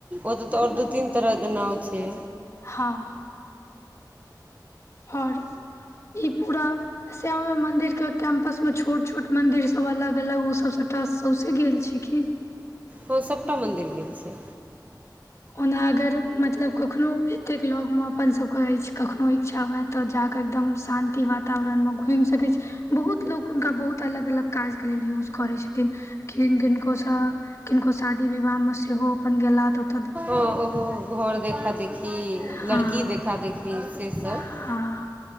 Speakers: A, on the right; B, on the left.
A: ओत तऽ आओर दू तीन तरह के नाव छै।
B: हाँ ओर ई पूरा श्यामा मंदिर के कैम्पस उस में छोट- छोट मंदिर सब अलग-अलग ओ सब सबटा सौसे गेल छी की?
A: हँ सभटा मन्दिर गेल छैय।
B: ओना अगर मतलब कखनो एतेक लगमे अपन सबके अछि कखनो इच्छा होएत। तऽ जाकऽ एकदम शान्ति वातावरणमे घुइम सकै छी। बहुत लोको हुनका बहुत अलग- अलग काज के लेल यूज करै छथिन। कि किनको सब किनको शादी विवाह मे सेहो अपन गैला त
A: ओ ओहो घर देखा देखी,
B: हँ
A: लड़की देखा देखी से सब
B: हँ